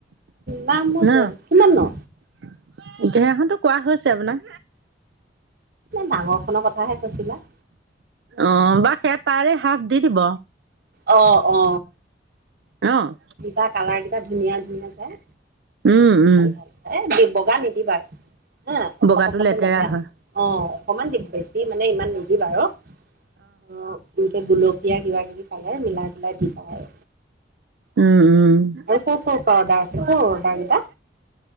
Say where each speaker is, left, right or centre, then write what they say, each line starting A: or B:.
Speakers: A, on the right; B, on the right.
A: দাম <unintelligible>
B: ন
A: কিমাননো?
B: <unintelligible> কোৱা হৈছে আপোনাক।
A: ডাঙৰ খনৰ কথাহে কৈছিলা।
B: অ' বা সেই তাৰে হাফ দি দিব।
A: অ', অ'।
B: অ'।
A: দিবা কালাৰ কেইটা ধুনীয়া ধুনীয়া চাই
B: উম উম
A: ভাল ভাল। এ, বগা নিদিবা হা, অকত
B: বগাটো
A: অকতে লেতেৰা হ'ব।
B: হয়
A: অ' অকমান দি, বেছি মানে ইমান নিদিবা আৰু অ' এনেকে গুলপীয়া কিবা কিবি কালাৰ মিলাই পেলাই দিবা আৰু।
B: উম, উম।
A: আৰু ক'ৰ ক'ৰ পৰা অৰ্ডাৰ আছে ক'ৰ অৰ্ডাৰ কেইটা?